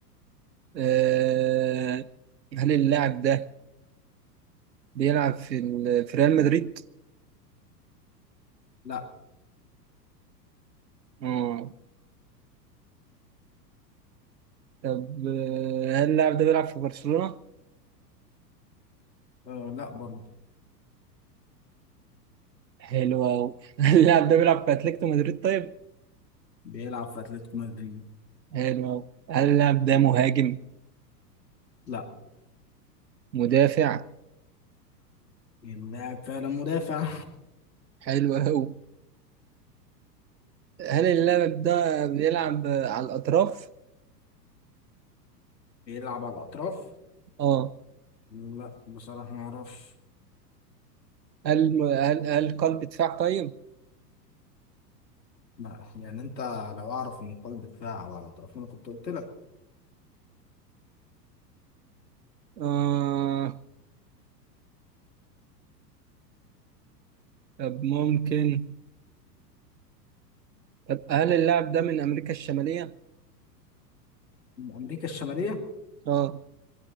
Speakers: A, on the right; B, on the left.
A: آه، هل اللاعب ده بيلعب في ال- في ريال مدريد؟
B: لا
A: آه. طب آه، هل اللاعب ده بيلعب في برشلونة؟
B: آه لا برضه
A: حلو أوي <laughs> هل اللاعب ده بيلعب في أتلتيكو مدريد طيب؟
B: بيلعب في اتلتيكو مدريد
A: حلو أوي. هل اللاعب ده مهاجم
B: لا
A: مدافع
B: اللاعب فعلا مدافع
A: حلو أوي هل اللاعب ده بيلعب على الأطراف
B: <laughs> بيلعب على الاطراف
A: اه
B: لا بصراحة ما اعرفش
A: هل هل هل قلب دفاع طيب
B: لا يعني انت لو اعرف ان قلب دفاع على الاطراف انا كنت قلت لك
A: آه طب ممكن طب هل اللاعب ده من أمريكا الشمالية
B: من امريكا الشمالية
A: اه